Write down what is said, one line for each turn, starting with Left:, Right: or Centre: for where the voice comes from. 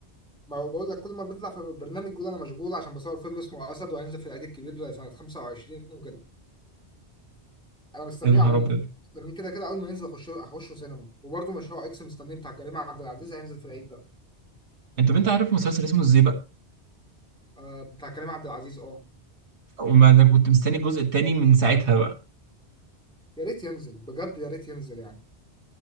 Centre: ما هو بقول لك كل ما بيطلع في برنامج يقول انا مشغول عشان بصور فيلم اسمه اسد وهينزل في العيد الكبير سنة 25 وكده انا مستنيه
Right: يا نهار
Centre: عموما
Right: أبيض
Centre: مستنيه كده كده اول ما ينزل اخش اخشه سينما وبرده مشروع اكس مستنيه بتاع كريم عبد العزيز هينزل في العيد ده
Right: انت بنت عارف مسلسل اسمه ازاي
Centre: آه بتاع كريم عبد العزيز اه
Right: وما انا كنت مستني الجزء التاني من ساعتها بقى
Centre: يا ريت ينزل بجد يا ريت ينزل يعني